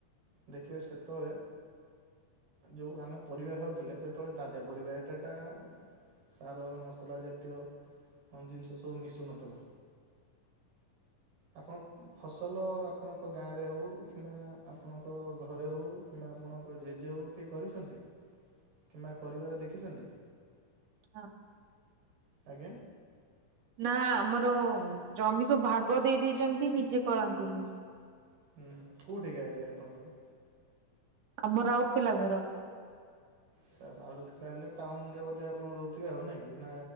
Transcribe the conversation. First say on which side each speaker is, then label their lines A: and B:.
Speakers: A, on the right (about 75°); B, on the right (about 50°).
A: ଦେଖିବେ ସେତେବେଳେ ଯୋଉ ଆମେ ପରିବା ଖାଉଥିଲେ ଯେତେବେଳେ ତାଜା ପରିବା ଏତେଟା ସାର ମସଲା ଯେତେକ ସବୁ ଜିନିଷ ମିସୁନଥିଲା। ଆପଣ ଫସଲ ଆପଣଙ୍କ ଗାଁରେ ହଉ କିମ୍ବା ଆପଣଙ୍କ ଘରେ ହଉ କିମ୍ବା ଆପଣଙ୍କ ଜେଜେ ହଉ କି କରିଛନ୍ତି କିମ୍ବା କରିବାର ଦେଖିଛନ୍ତି।
B: ହଁ।
A: ଆଜ୍ଞା।
B: ନା ଆମର ଜମି ସବୁ ଭାଗ ଦେଇ ଦେଇଛନ୍ତି ନିଜେ କରନ୍ତିନି
A: ହୁଁ କୋଉଠିକି ଆରିଆ ଆପଣଙ୍କର?
B: ଆମର ଆଉର କଥିଲା ଘର
A: ସାର୍ ଆଲା ହେଲେ ଟାଉନ ରେ ବଧ ଆପଣ ରହୁଥିବେ, ଆଉ ନାଇଁ କି ନା